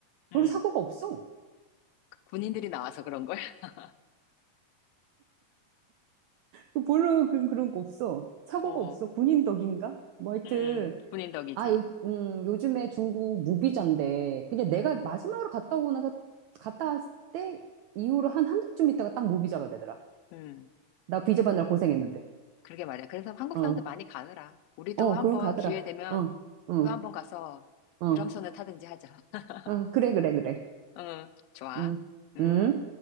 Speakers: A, on the left; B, on the right.
A: 음.
B: 별로 사고가 없어.
A: 군인들이 나와서 그런 거야. <laughs>
B: 그 별로 그, 그런 거 없어. 사고가
A: 어,
B: 없어. 군인 덕인가? 뭐 하여튼,
A: 음, 군인 덕이지.
B: 아, 요, 음, 요즘에 중국 무비자인데, 그냥 내가
A: 음,
B: 마지막으로 갔다 오고 나서, 갔다 왔을 때 이후로 한 한 달쯤 있다가 딱 무비자가 되더라.
A: 음.
B: 나 비자 받느라 고생했는데.
A: 그러게 말이야. 그래서 한국
B: 어,
A: 사람들 많이 가느라. 우리도
B: 어,
A: 한번
B: 그런 가더라.
A: 기회 되면
B: 어, 어,
A: 또 한번 가서
B: 어,
A: 유람선을 타든지 하자. <laughs>
B: 어, 그래, 그래, 그래.
A: 응, 좋아.
B: 응,
A: 응.
B: 응.